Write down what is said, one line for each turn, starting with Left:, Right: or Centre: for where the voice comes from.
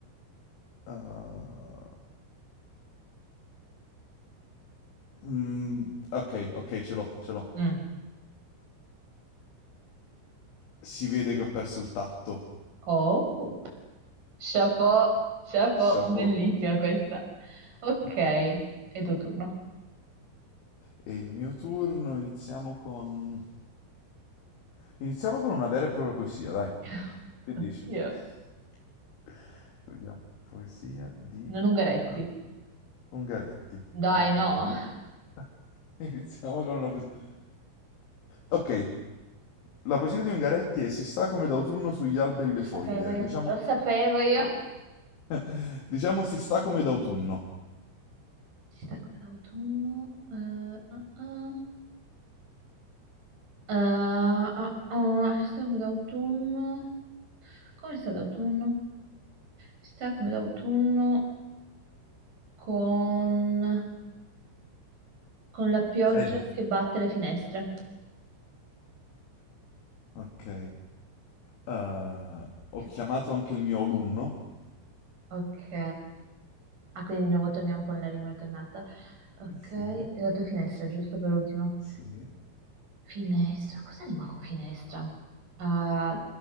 Left: Ah, mm, ok, ok, ce l'ho, ce l'ho.
Right: Mm.
Left: Si vede che ho perso il tatto.
Right: Oh, chapeau, chapeau,
Left: Chapeau.
Right: bellissima questa. Ok,
Left: <laughs>
Right: è tuo turno.
Left: E il mio turno iniziamo con... Iniziamo con una vera e propria poesia, dai.
Right: <laughs>
Left: Che
Right: Oddio,
Left: dici? <laughs> Vediamo. Poesia di
Right: non Ungaretti.
Left: ah, Ungaretti.
Right: Dai,
Left: Vediamo.
Right: no.
Left: una <laughs> bella-
Right: <laughs>
Left: Iniziamo con una poesia. Ok. La poesia di Ungaretti è Si sta come d'autunno sugli alberi le foglie.
Right: sapevo io,
Left: Diciamo,
Right: lo sapevo io.
Left: <laughs> diciamo si sta come d'autunno.
Right: Si sta come d'autunno. eh, ah, ah. Eh, ah, ah, si sta come d'autunno. Come sta d'autunno? Si sta come d'autunno con, con la pioggia
Left: È di...
Right: che batte le finestre.
Left: Ok. Eh, ho
Right: Che-
Left: chiamato anche il mio alunno.
Right: Ok. Ah, quindi di nuovo torniamo con la rima alternata. Ok,
Left: Sì,
Right: le tue finestre, giusto per ultimo.
Left: sì,
Right: Finestra, cosa rima con finestra? Ah,